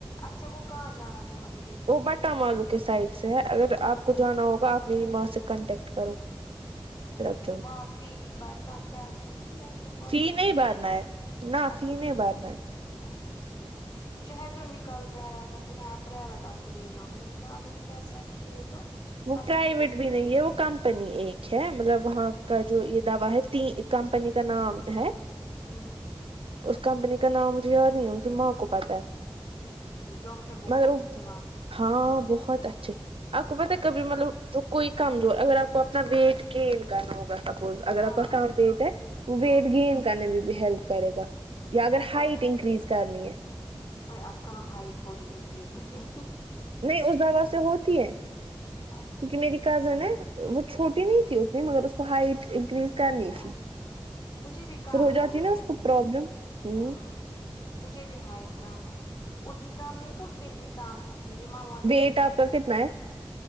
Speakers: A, on the left; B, on the right.
A: اچھا وہ کہاں جانا ہوگا مجھے پھر
B: وہ بٹ- چٹ ملو کے سائڈ سے ہے اگر آپ کو جانا ہوگا آپ میری ماں سے کانٹیکٹ کرو- پھر
A: کوئی
B: آپ
A: واہ
B: جاؤ
A: وفی بھی برنا کیا فی بھی ہے- ہسپٹل
B: فی نہیں
A: ہے
B: بھرنا نہ
A: اچھا
B: فی نہیں
A: ٹھ-
B: بھرنا ہے
A: اچھا ٹھیک مجھے ہسبینڈ بھی کل کہہ رہا تھا کہ میں آپ پرائیویٹ آپ کو لے جاؤں گا میں نے- کہ میں نے ٹیس ویس کیے تو
B: وہ
A: اب
B: پرائیویٹ
A: دیکھوں گی
B: بھی نہیں ہے وہ کمپنی ایک ہے مطلب وہاں کا جو یہ دا ہے تین- کمپنی کا نام ہے
A: <unintelligible>
B: اس کمپنی کا نام مجھے یا نہیں مجھے میں آپ کو پتاہ ہے-
A: اچھا ٹھیک ڈاکٹر بہت
B: مگر
A: اچھے
B: وہ
A: ہیں وہاں-
B: ہاں بہت اچھے آ کوب ت کبھی مطلب جو کوئی کم دور اگر آپ کو اپنا ویٹ گینین کرنا ہوگا- سپوز اگر
A: ہاں
B: آپ کام ویٹ ہے وہ ویٹ
A: ہاں
B: گین کرنے میں بھی ہیلپ کرے گا یا اگر
A: میں
B: ہائٹ
A: پتلی
B: انکریز کرنی ہے-
A: اور آپ کہاں ہائٹ ہوگی انکریز مری-
B: نہیں اس دوا سے ہوتی ہے-
A: اچھا
B: کیونکہ میری
A: ٹھیک
B: کزن ہے وہ چھوٹی نہیں تھی اتنی مگر اس کو ہائٹ انکریز- کرنی
A: کیا
B: تھی
A: مجھے بھی کام
B: پھر ہو جاتی
A: ہائٹ
B: نا
A: ہے
B: اس کو پرابلم ہ
A: ہاں- مجھے بھی ہائر کام ہے اتنی کام نہیں تو پھر بھی- کام ہے میری ماں ماں
B: ویٹ
A: کی بےحار
B: آپ کا کتنا ہے